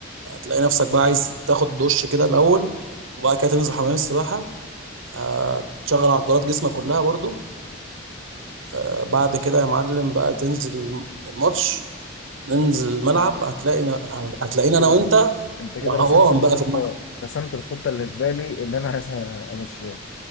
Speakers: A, on the right; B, on the left.
A: هتلاقي نفسك بقى عايز تاخد دش كده الاول وبعد كده تنزل حمام السباحه آه تشغل عضلات جسمك كلها برضو آه بعد كده يا معلم بقى تنزل الماتش ننزل الملعب هتلاقينا هتلاقينا
B: كده
A: انا وانت
B: أنت كده
A: رهوان
B: رسمت الخطة
A: بقى في الملعب
B: رسمت الخطة اللي في بالي اللي أنا عايز أمشيها